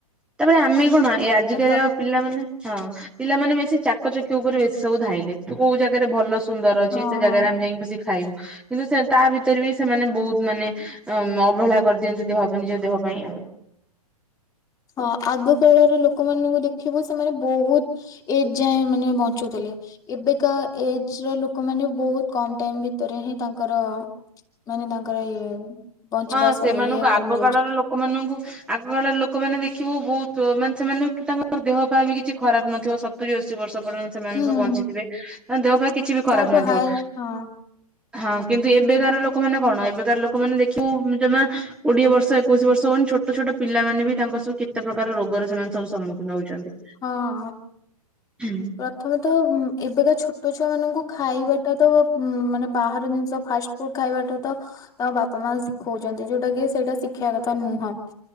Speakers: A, in the centre; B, on the left.
A: ତାପରେ ଆମେ କଣ ଏ ଆଜିକାଲି
B: ତ ତ
A: ର ପିଲାମାନେ ହଁ ପିଲାମାନେ ବେଶୀ ଚାକଚକିଅ ଉପରେ ବେଶୀ ସବୁ ଧାଇଁଲେ ତୁ କୋଉ ଜାଗାରେ ଭଲ ସୁ ସୁନ୍ଦର ଅଛି
B: ହଁ
A: ସେ ଜାଗାରେ
B: ହଁ।
A: ଆମେ ଯାଇଁକି ବସିକି ଖାଇବୁ। କିନ୍ତୁ ସେ ତା ଭିତରେ ବି ସେମାନେ ବୋହୁତ୍ ମାନେ ଅବହେଳା କରିଦିଅନ୍ତି ଦେହ ପାଇଁ ନିଜ ଦେହ ପାଇଁ ଆଉ।
B: ହଁ ଆଗ କାଳର ଲୋକମାନଙ୍କୁ ଦେଖିବୁ ସେମାନେ ବୋହୁତ୍ ଏଯାଏଁ ମାନେ ବଞ୍ଚୁଥୁଲେ। ଏବେକା ଏଜ୍ ର ଲୋକ ମାନ ବୋହୁତ୍ କମ୍ ଟାଇମ୍ ଭିତରେ ହିଁ ତାଙ୍କର ମାନେ ତାଙ୍କର ଇଏ ବଞ୍ଚିବା
A: ହଁ ସେମାନଙ୍କୁ
B: ସ ଇଏ
A: ଆଗ
B: କମି ଯାଉଛି।
A: କାଳର ଲୋକମାନଙ୍କୁ ଆଗକାଳର ଲୋକମାନେ ଦେଖିବୁ ବୋହୁତ୍ ଉ ମାନେ ସେମାନେ ତାଙ୍କର ଦେହ ପା ବି କିଛି ଖରାପ୍ ନଥିବ ସ ସତୁରି ଅଶୀ ବର୍ଷ ପର୍ଯ୍ୟନ୍ତ ସେମାନେ
B: ହୁଁ
A: ସବୁ ବଞ୍ଚିଥିବେ ତାଙ୍କ ଦେହ ପାଆ କିଛି ବି ଖରାପ୍
B: ତାଠୁ
A: ନଥିବ।
B: ହାଇ ହଁ
A: ହଁ କିନ୍ତୁ ଏବେକାର ଲୋକମାନେ କଣ ଏବେକାର ଲୋକମାନେ ଦେଖିବୁ ଜମା କୋଡିଏ ବର୍ଷ ଏକୋଇଶ ବର୍ଷ ହବନି ଛୋଟ ଛୋଟ ପିଲାମାନେ ବି ତାଙ୍କର ସବୁ କେତେ ପ୍ରକାର ରୋଗରେ ସେମାନେ ସବୁ ସମ୍ମୁଖୀନ ହୋଉଛନ୍ତି।
B: ହଁ।
A: ହୁଁ।
B: ପ୍ରଥମେତ ଉଁ ଏବେକା ଛୋଟ ଛୁଆମାନଙ୍କୁ ଖାଇବାଟା ତ ଉଁ ମାନେ ବାହାର ଜିନିଷ ଫାଷ ପୁଟ୍ ଖାଇବାଟା ତ ତାଙ୍କ ବାପା ମା ଶିଖୋଉଚନ୍ତି ଯୋଉଟା କି ସେଇଟା ଶିଖିଆ କଥା ନୁହଁ।